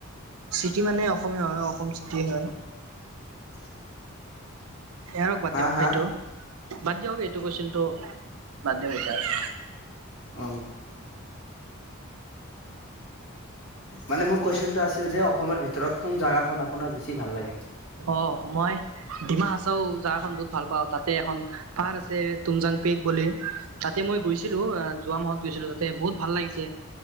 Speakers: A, on the right; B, on the left.
A: চিটি মানে অসমে হয় অসম চিটি হয়।
B: <unintelligible>
A: <unintelligible> বাদ
B: হা
A: দিয়ক
B: হা?
A: সেইটো বাদ দিয়ক এইটো কুৱেচনটো বাদ দিয়ক <unintelligible>
B: অ। মানে মোৰ কুৱেচনটো আছিল যে অসমৰ ভিতৰত কোন জেগাখন আপোনাৰ বেছি ভাল লাগে?
A: অ মই ডিমা হাচাও জাগাখন বহুত ভাল পাওঁ তাতে এখন পাহাৰ আছে তুমজাং পিক বুলি। তাতে মই গৈছিলোঁ যোৱা মাহত গৈছিলো তাতে বহুত ভাল লাগিছে